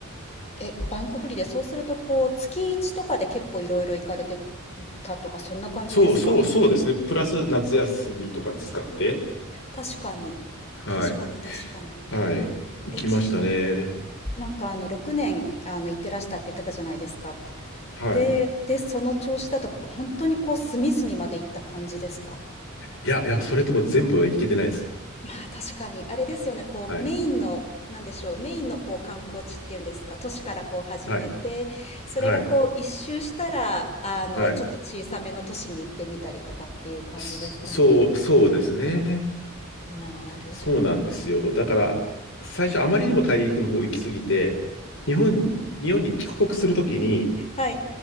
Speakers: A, on the left; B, on the left.
A: え。え、バンクホリデー、そうするとこう月1とかで結構いろいろ行かれてたとかそんな感じですか。
B: そうそうそうですね。プラス夏休みとか使って、
A: 確かに。
B: はい。
A: 確かに確かに。
B: はい。行きましたね。
A: え、ち、なんかあの6年あの行ってらしたって言ってたじゃないですか。
B: はい。
A: で、で、その調子だと本当にこう隅々まで行った感じですか。
B: いや、いや、それとも全部は行けてないです。
A: まあ確かに、あれですよね、こうメインの、
B: はい。
A: なんでしょう、メインのこう観光地っていうんですか、都市からこう始めて、
B: はい。
A: それがこう一周したら、
B: はい。
A: あの、
B: はい。
A: ちょっと小さめの都市に行ってみたりとかっていう感じですかね。
B: そそう、そうですね。
A: なるほど。
B: そうなんですよ。だから、最初あまりにも大陸の方行き過ぎて、日本、日本に帰国するときに、
A: はい。